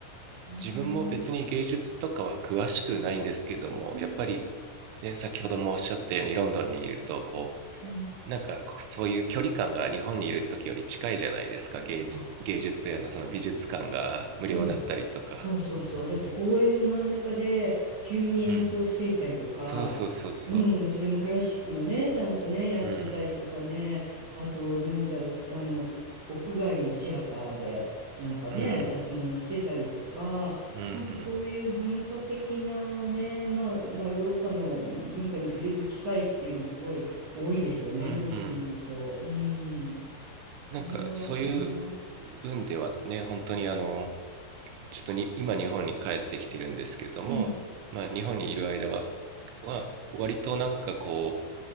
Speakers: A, on the right (about 60°); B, on the right (about 80°).
A: うん、
B: 自分も別に芸術とかは詳しくないんですけども、
A: うん、
B: やっぱりね、先ほどもおっしゃったようにロンドンにいると、こ
A: うん。
B: う、なんかそういう距離感が日本にいる時より近いじゃないですか、芸術、
A: あ
B: 芸術へのその美術館が無料だったりとか。
A: うん。そうそうそう。
B: うん、
A: だって公園の真ん中で急に演奏していたりとか、
B: うん、そうそうそうそ
A: うん、それもクラシックのね、ちゃんとね、やってたりとかね、
B: う。うん、
A: あと、なんだろう、しあの、屋外のシアターで、なんかね、
B: うん、
A: 出し物してたりとか、
B: うん、うん、
A: なんかそういう文化的なね、まあ、まあ、ヨーロッパの文化に触れる機会っていうのはすごい多いですよね、
B: うん、うん。
A: ロンドンにいると。うん、
B: なんかそういう
A: あれはいいな。
B: 分ではね、本当にあの、ちょっとに今日本に帰ってきてるんですけども、
A: うん、
B: まあ、日本にいる間はは割となんかこ